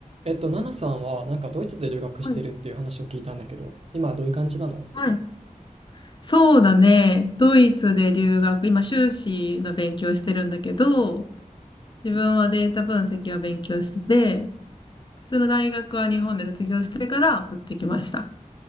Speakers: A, on the right; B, on the left.
A: えっと、ナナさんはなんかドイツで留学してるっていう話を聞いたんだけど、
B: はい。
A: 今はどういう感じなの
B: はいそうだね。ドイツで留学、今修士の勉強してるんだけど、自分はデータ分析を勉強してて、普通の大学は日本で卒業してからこっち来ました。